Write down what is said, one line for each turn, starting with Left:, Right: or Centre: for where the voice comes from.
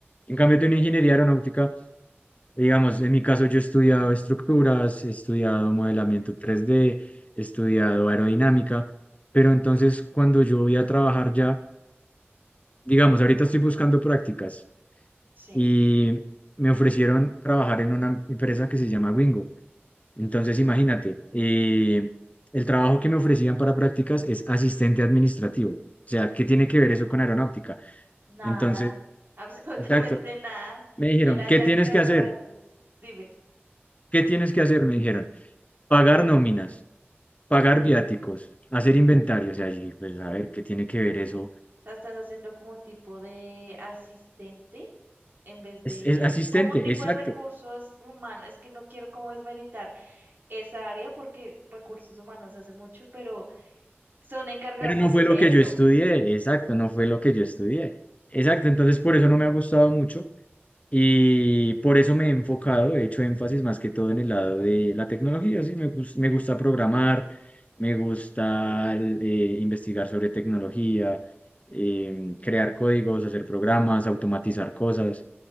Left: En cambio, tú en ingeniería aeronáutica, digamos, en mi caso yo he estudiado estructuras, he estudiado modelamiento 3D, he estudiado aerodinámica. Pero entonces cuando yo voy a trabajar ya digamos, ahorita estoy buscando prácticas
Right: sí,
Left: y me ofrecieron trabajar en una empresa que se llama Wingo. Entonces, imagínate, eh, el trabajo que me ofrecían para prácticas es asistente administrativo. O sea, ¿qué tiene que ver eso con aeronáutica?
Right: nada,
Left: Entonces,
Right: <laughs> absolutamente
Left: exacto,
Right: nada.
Left: me dijeron,
Right: Él allá
Left: ¿qué tienes
Right: creando
Left: que hacer?
Right: datos. Dime,
Left: ¿Qué tienes que hacer? Me dijeron, pagar nóminas, pagar viáticos, hacer inventario. O sea, yo dije, pues a ver, ¿qué tiene que ver eso?
Right: o sea, estás haciendo como tipo de asistente en vez
Left: Es,
Right: de,
Left: es asistente,
Right: como tipo
Left: exacto.
Right: de recursos humanos. Es que no quiero como desmeritar esa área porque recursos humanos hace mucho, pero son encargados
Left: Pero no
Right: también
Left: fue lo
Right: de
Left: que
Right: eso.
Left: yo estudié, exacto, no fue lo que yo estudié. Exacto, entonces por eso no me ha gustado mucho y por eso me he enfocado, he hecho énfasis más que todo en el lado de la tecnología, sí, me gus- me gusta programar, me gusta el, eh, investigar sobre tecnología, em, crear códigos, hacer programas, automatizar cosas.